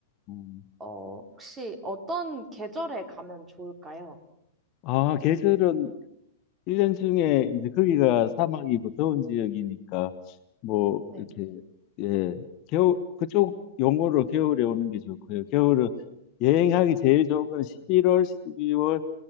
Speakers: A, on the left (about 40°); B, on the right (about 20°).
A: 음.
B: 어, 혹시 어떤 계절에 가면 좋을까요?
A: 아, 계절은 일년 중에 이제 거기가
B: 네.
A: 사막이고 더운 지역이니까, 뭐,
B: 네.
A: 이렇게, 예, 겨 그쪽 용어로 겨울에 오는 게 좋고요. 겨울은 여행하기 제일 좋은 건 11월, 12월,